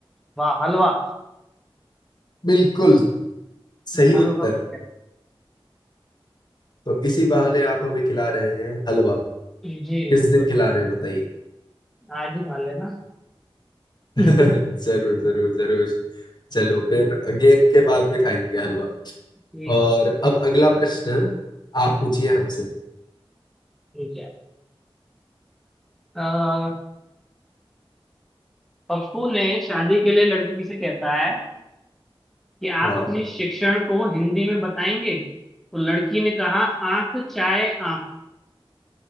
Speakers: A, in the centre; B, on the left.
A: वा हलवा
B: बिल्कुल सही
A: हलवा
B: उत्तर
A: हो गया।
B: तो इसी बहाने आप हमें खिला रहे हैं हलवा
A: जी
B: किस
A: बिल्कुल
B: दिन खिला रहे हैं बताइए
A: आज ही खा लेना
B: <laughs>
A: <laughs>
B: जरूर जरूर जरूर चलो फिर गेम के बाद में खाएंगे हलवा
A: ठीक
B: और
A: है
B: अब अगला प्रश्न आप पूछिए हमसे
A: ठीक है अह, पप्पू ने शादी के लिए लड़की से कहता है कि आप
B: हाँ
A: अपने शिक्षण को हिंदी में बताएंगे तो लड़की ने कहा आंख चाहे आंख